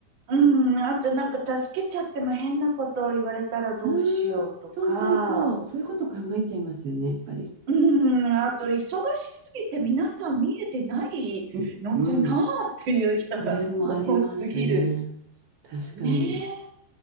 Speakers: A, on the right; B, on the right.
A: うん、あとなんか助けちゃっても変なことを言われたらどうしようとか、
B: うーん、そうそうそう。そういうこと考えちゃいますよね、やっぱり。
A: うん、あと忙しすぎて皆さん見えてないのかなっていう人が多すぎる。
B: うん。うんそれもありますね。確かに。
A: ねえ。